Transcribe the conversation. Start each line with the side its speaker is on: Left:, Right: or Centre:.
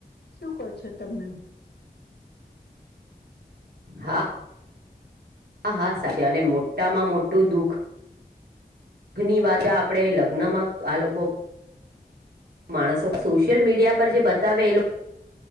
Left: શું કહો છો તમે?
Right: હા! હા! હા! સાછે અને મોટામાં મોટું દુઃખ. દખ ની વાત ચા આપણે લગ્નમાં આ લોકો માણસો સોશિયલ મીડિયા પર જે બતાવેલો